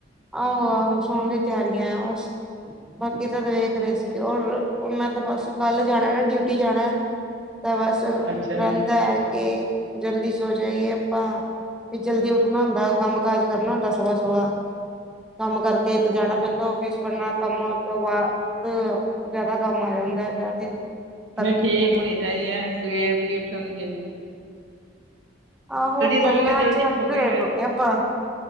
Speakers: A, in the centre; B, on the right (about 75°).
A: ਆਹੋ ਆਹੋ ਸੋਨ ਦੀ ਤਿਆਰੀਆਂ ਬਸ ਬਾਕੀ ਤਾਂ ਵੇਖ ਰਹੇ ਸੀ ਓਰ ਮੈਂ ਤਾ ਬਸ ਕੱਲ ਜਾਣਾ ਨਾ ਡਿਊਟੀ ਜਾਣਾ ਤਾਂ ਬਸ ਰਹਿੰਦਾ
B: ਅੱਛਾ ਜੀ
A: ਹੈ ਕੇ ਜਲਦੀ ਸੋ ਜਾਈਏ ਆਪਾਂ ਵੀ ਜਲਦੀ ਉੱਠਣਾ ਹੁੰਦਾ ਕੰਮ ਕਾਜ ਕਰਨਾ ਹੁੰਦਾ ਸਬ ਸਹ ਕੰਮ ਕਰਕੇਥ ਜਾਣਾ ਪੈਂਦਾ ਫਿਸ ਬਣਨਾ ਕੰਮ ਤੋਂ ਬਾਅਦ ਜ਼ਿਆਦਾ ਕੰਮ ਆ ਜਾਂਦਾ ਹੈ ਤਾਂ ਫਿਰ ਕਰਕੇ
B: ਨਹੀਂ ਠੀਕ
A: ਹੀ ਜਾਂਦੇ
B: ਹੋਣੀ ਚਾਹੀਦੀ ਹੈ ਸਵੇਰ ਦੀ ਉੱਠਣ ਦੀ ਜਿੰਤ
A: ਆਹ ਹੋ ਤੇ ਜਾਂਦੇ
B: ਸੌਂਗੇ
A: ਹਾਂ
B: ਜਲਦੀ
A: ਅੱਜ
B: ਉੱਠੋਗੇ
A: ਲੇਟ
B: ਫਿਰ
A: ਉੱਠੇ ਆਪਾਂ